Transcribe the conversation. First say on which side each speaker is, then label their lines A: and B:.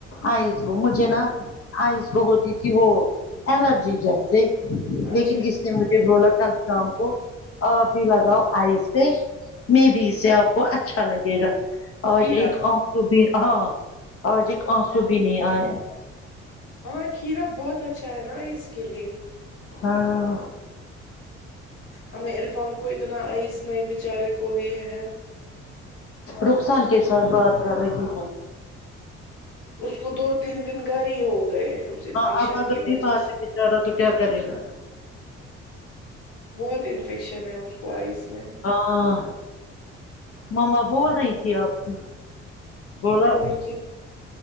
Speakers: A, on the left; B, on the left.
A: آئس کو مجھے نا آئز کو ہوتی تھی وہ الرجی جیسے لیکن
B: اچھا
A: اس مجھے بولا کل شام کو آپ بھی لگاؤ آئیس سے میں بھی اس سے آپ کو اچھا لگے گا آج
B: کھیرا
A: ایک آنسو بھی ہاں آج ایک آنسو بھی نہیں آیا
B: ہاں کھیرا بہت اچھا ہے نا اس کے لیے
A: ہاں
B: ایں عرفان کو اتنا عئز میں بیچارے کو یہ ہے
A: رخسان کے ساتھ بات کر رہی تھی
B: اس کو دو تین دن گھر ہی ہو گئے انفیکشن
A: ہاں اب اگر
B: کی وجہ
A: نہیں مارنے
B: سے
A: بیچ رہا تو کیا کرے گا
B: بہت انفیکشن ہے اس کو آئز میں
A: ہاں مما بول رہی تھی آپ کی بلا
B: اور کیا